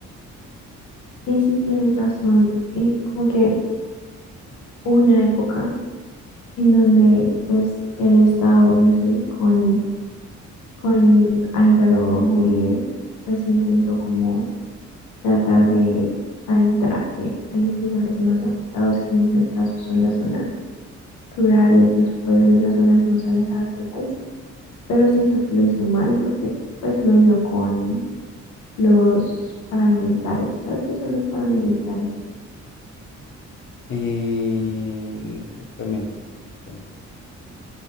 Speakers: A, on the left; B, on the left.
A: Sí, sí, tienes razón. Eh, como que hubo una época en donde pues el Estado, no sé, con, con Álvaro Uribe, pues intentó como tratar de adentrarse a los lugares más afectados, que en el caso son las zonas rurales, los pueblos, las zonas más alejadas del país. pero siento que lo hizo mal porque pues lo hizo con los paramilitares. ¿Sabes qué son los paramilitares?
B: Eh, no exactamente, explícame.